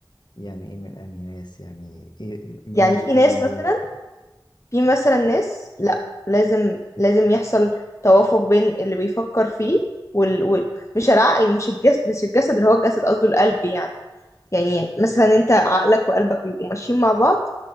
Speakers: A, on the left; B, on the left.
A: يعني ايه من انهي ناس يعني إيه مين
B: يعني
A: دول
B: في ناس
A: ومين دول
B: مثلا في مثلا ناس لا لازم لازم يحصل توافق بين اللي بيفكر فيه وال... وال... مش العقل مش الجسد مش الجسد اللي هو الجسد قصده القلب يعني يعني مثلا انت عقلك وقلبك بيبقوا ماشيين مع بعض